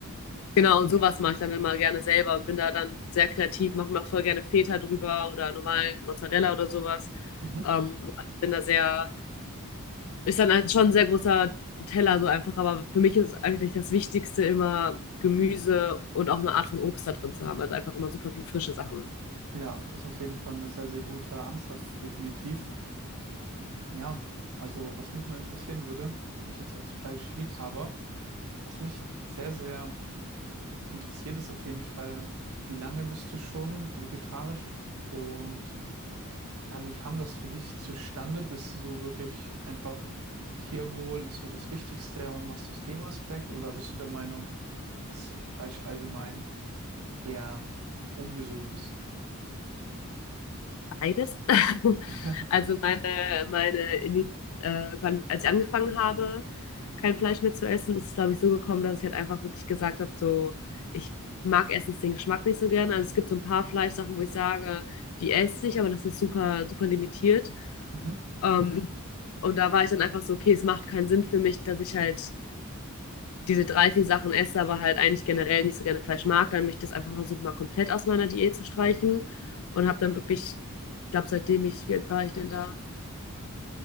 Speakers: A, on the left; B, on the right.
A: Genau, und sowas mache ich dann immer gerne selber und bin da dann sehr kreativ, mache mir auch voll gerne Feta drüber oder normalen Mozzarella oder sowas.
B: Mhm.
A: Ähm, also bin da sehr, ist dann halt schon ein sehr großer Teller so einfach, aber für mich ist eigentlich das Wichtigste immer Gemüse und auch eine Art von Obst da drin zu haben, also einfach immer super viel frische Sachen.
B: Ja, das ist auf jeden Fall ein sehr, sehr guter Ansatz, definitiv. Ja, also was mich mal interessieren würde, ich jetzt als Fleischliebhaber, was mich sehr, sehr interessiert, ist auf jeden Fall, wie lange bist du schon vegetarisch und ja, wie kam das für dich zustande? Bist du wirklich einfach Tierwohl ist so das Wichtigste und machst aus dem Aspekt oder bist du der Meinung, dass Fleisch allgemein eher ungesund ist?
A: Beides. <laughs>
B: <laughs>
A: Also meine, meine, Ini- äh, quan- als ich angefangen habe, kein Fleisch mehr zu essen, ist es, glaube ich, so gekommen, dass ich halt einfach wirklich gesagt habe, so, ich mag erstens den Geschmack nicht so gerne. Also es gibt so ein paar Fleischsachen, wo ich sage, die esse ich, aber das ist super, super limitiert.
B: Mhm.
A: Ähm, Mhm. und da war ich dann einfach so, okay, es macht keinen Sinn für mich, dass ich halt diese drei, vier Sachen esse, aber halt eigentlich generell nicht so gerne Fleisch mag, dann möchte ich das einfach versuchen, mal komplett aus meiner Diät zu streichen. Und habe dann wirklich, ich glaube, seitdem ich, wie alt war ich denn da?